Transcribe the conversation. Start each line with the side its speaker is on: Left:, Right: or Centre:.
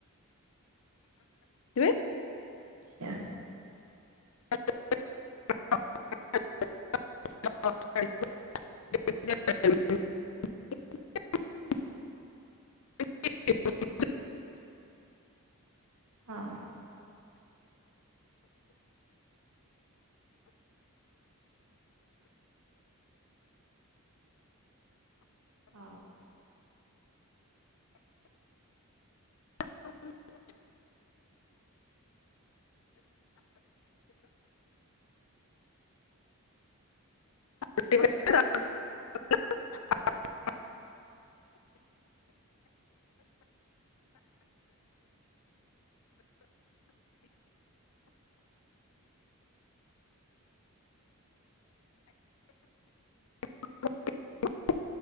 Left: <inaudible> ସିବେ।
Right: ଆଚ୍ଛା
Left: <inaudible> <inaudible> <inaudible>
Right: ଆଉ। ହ।
Left: <inaudible> ଚୁଟି କାଟିବେ ତାପରେ। <inaudible> <inaudible>